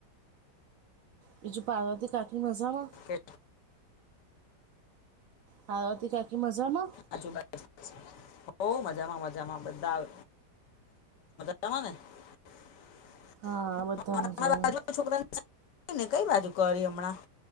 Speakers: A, on the right (about 70°); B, on the left (about 75°).
A: બીજું પાર્વતી કાઠણી મજામાં
B: કે
A: પાર્વતી કાકી મજા ના
B: આજુ બ <unintelligible> ઓ મજા માં મજામાં બધા મજામાં ને <unintelligible>
A: હા બધા મજામાં
B: બાજુ છોકરાનેને કઈ બાજુ કરી હમણાં-